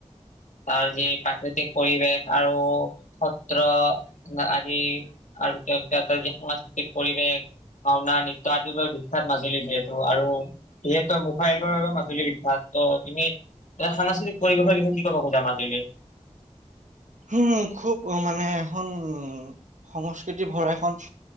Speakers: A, on the left; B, on the right.
A: তাৰ যি প্ৰাকৃতিক পৰিৱেশ আৰু সত্ৰ আজি আৰু <unintelligible> সংস্কৃতি পৰিৱেশ। ভাওঁনা নৃত্যৰ আদি বিখ্যাত মাজুলী যিহেতু আৰু যিহেতু মুখাইলৰ আৰু মাজুলী বিখ্যাত ত তুমি এতিয়া সাংস্কৃতিক পৰিৱেশৰ বিষয়ে কি ক'ব খোজা মাজুলীৰ?
B: উম খুব মানে এখন সংস্কৃতি ভৰা এখন